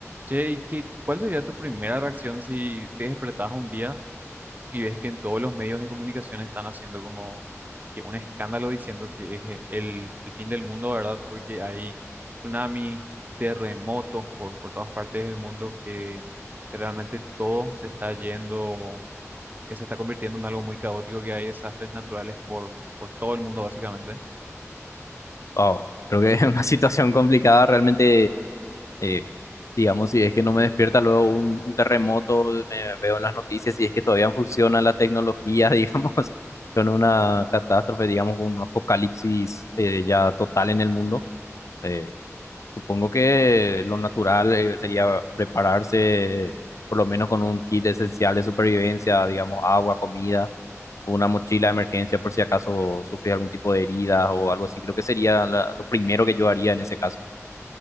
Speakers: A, on the right; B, on the left.
A: Che, ¿y qué, cuál sería tu primera reacción si te despertás un día y ves que en todos los medios de comunicación están haciendo como que un escándalo diciendo que es eh, el, el fin del mundo, ¿verdad? Porque hay tsunamis, terremotos por, por todas partes del mundo que, que realmente todo se está yendo, que se está convirtiendo en algo muy caótico, que hay desastres naturales por, por todo el mundo básicamente.
B: Oh, creo que <laughs> es una situación complicada realmente, eh, digamos, si es que no me despierta luego un, un terremoto, me veo en las noticias, si es que todavía funciona la tecnología, <laughs> digamos, con una catástrofe, digamos, un apocalipsis eh, ya total en el mundo. eh, supongo que lo natural eh, sería prepararse por lo menos con un kit esencial de supervivencia, digamos, agua, comida o una mochila de emergencia por si acaso sufres algún tipo de heridas o algo así. Creo que sería la- lo primero que yo haría en ese caso.